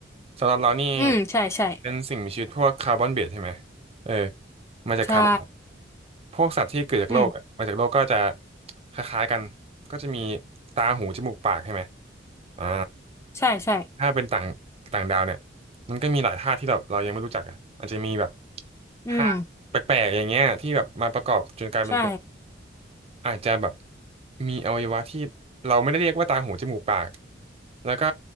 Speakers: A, on the right (about 35°); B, on the left (about 15°).
A: สำหรับเรานี่
B: อืมใช่ใช่
A: เป็นสิ่งมีชีวิตพวกคาร์บอนเบสใช่ไหมเออมาจากคาร์บอน
B: ใช่
A: พวกสัตว์ที่เกิดจากโลกอะมาจากโลกก็จะ
B: อืม
A: คล้ายๆกันก็จะมีตาหูจมูกปากใช่ไหมอ่า
B: ใช่ใช่
A: ถ้าเป็นต่างต่างดาวเนี่ยมันก็มีหลายธาตุที่เราเรายังไม่รู้จักอ่ะอาจจะมีแบบ
B: อืม
A: ธาตุแปลกๆอย่างเงี้ยที่แบบมาประกอบจนกลายเป็นตัว
B: ใช่
A: อาจจะแบบมีอวัยวะที่เราไม่ได้เรียกว่าตาหูจมูกปากแล้วก็